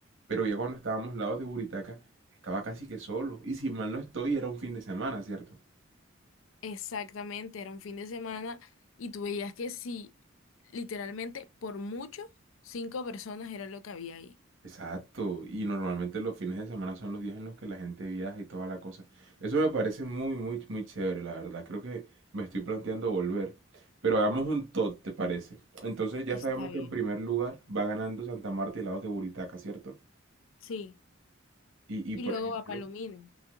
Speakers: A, on the right (about 70°); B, on the left (about 75°).
A: pero ya cuando estábamos lados de Buritaca, estaba casi que solo. Y si mal no estoy, era un fin de semana, ¿cierto?
B: Exactamente, era un fin de semana y tú veías que sí, literalmente por mucho, cinco personas era lo que había ahí.
A: Exacto. Y normalmente los fines de semana son los días en los que la gente viaja y toda la cosa. Eso me parece muy, muy, muy chévere, la verdad. Creo que me estoy planteando volver. Pero hagamos un tot, ¿te parece? Entonces ya
B: Está
A: sabemos
B: bien.
A: que en primer lugar va ganando Santa Marta y lados de Buritaca, ¿cierto?
B: Sí.
A: Y, y
B: Y
A: por
B: luego
A: ejemplo,
B: a Palomino.